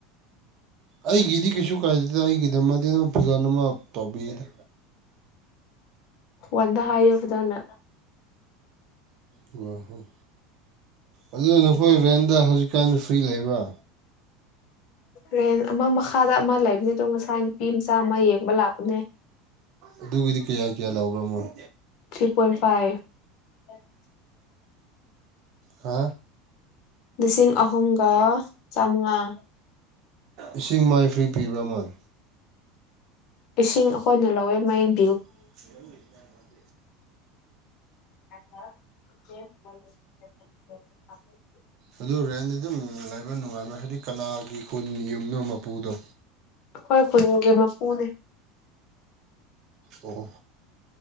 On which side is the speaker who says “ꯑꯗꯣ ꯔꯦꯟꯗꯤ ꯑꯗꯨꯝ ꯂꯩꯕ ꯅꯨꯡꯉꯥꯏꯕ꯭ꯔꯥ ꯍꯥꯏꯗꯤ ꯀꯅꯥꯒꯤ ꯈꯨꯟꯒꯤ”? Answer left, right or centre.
Right